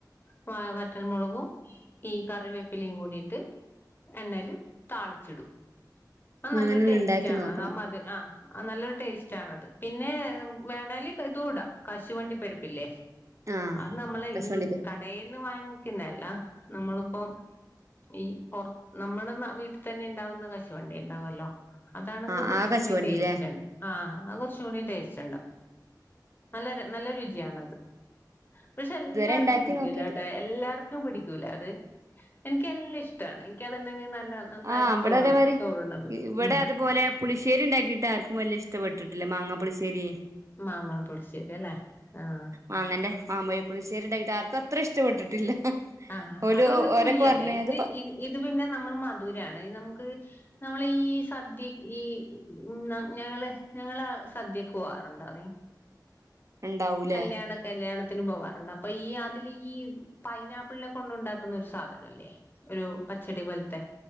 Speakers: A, on the left (about 30°); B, on the right (about 45°).
A: വ വറ്റൽമുളകും ഈ കറിവേപ്പിലിയും കൂടിട്ട്- എണ്ണേല് താളിച്ചിടും അത് നല്ലൊരു
B: അങ്ങനെ ഒന്ന്
A: ടേസ്റ്റ്
B: ഉണ്ടാക്കി
A: ആണ്
B: നോക്കണം
A: അതാത് ആഹ- ആ നല്ലൊരു ടേസ്റ്റ് ആണത് പിന്നെ വേണാല് ഇതുയിടാം കശുവണ്ടി പരിപ്പില്ലേ-
B: ആ
A: അത് നമ്മളെ
B: കശുവണ്ടി
A: ഈ ക-
B: പരിപ്പ്
A: കടെന്ന് വാങ്ങിക്കുന്നല്ല നമ്മളിപ്പം ഈ- പൊറ നമ്മുടെ വീട്ടിൽ തന്നെ ഇണ്ടാവുന്ന കശുവണ്ടി ഇണ്ടാവല്ലോ അതാണെങ്കിൽ
B: ആ
A: കൊറച്ചും
B: ആ കശുവണ്ടില്ലേ
A: കൂടി ടേസ്റ്റ്ണ്ട് ആഹ് അത് കൊറച്ചുംകൂടി ടേസ്റ്റ് ഇണ്ട് നല്ല നല്ല രുചിയാണത് പക്ഷെ എല്ലാർക്കും
B: ഇതുവരെ ഉണ്ടാക്കി
A: പിടിക്കൂല
B: നോക്കിട്ടില്ല
A: കേട്ടോ - എല്ലാവർക്കും പിടിക്കൂല അത് എനിക്ക് എല്ലാം ഇഷ്ടമാണ് എനിക്കത് ഇണ്ടെങ്കി നല്ല- നന്നായിട്ട്
B: ആഹ് ഇവിടെ
A: ചോറ്
B: അതേമാരി
A: ചോറുണ്ണാൻ പറ്റും
B: ഇവിടെ
A: ഉം
B: അതുപോലെ- പുളിശേരി ഇണ്ടാക്കിട്ട് ആർക്കും വലിയ ഇഷ്ടപ്പെട്ടിട്ടില്ല മാങ്ങാപുശ്ശേരിയെ
A: മാമ്പഴപുളിശ്ശേരി അല്ലേ ആഹ്
B: ആ അങ്ങനെ മാമ്പയപുളിശ്ശേരി ഉണ്ടായിിട്ട് ആർക്കും അത്ര ഇഷ്ടപ്പെട്ടിട്ടില്ല
A: ആഹ്
B: ഓല്
A: അത് പിന്നെ
B: ഓരൊക്കെ
A: പുളിയല്ലേ
B: പറഞ്ഞ്
A: ഇത്
B: അത്
A: ഇത് ഇത് പിന്നെ നമ്മള് മധുരാണ് ഇത് നമുക്ക്- നമ്മള് ഈ സദ്യ ഈ- ഉം ഞങ്ങള് ഞങ്ങള് സദ്യക്ക് പോവാറുണ്ടോ നീ-
B: ഉണ്ടാവൂലേ
A: കല്യാണ- കല്യാണത്തിന് പോവാറുണ്ട് അപ്പൊ ഈ അതില് ഈ പൈനാപ്പിളിനെ കൊണ്ട് ഒണ്ടാക്കുന്ന ഒരു സാധയില്ലേ ഒരു പച്ചടി പോലത്തെ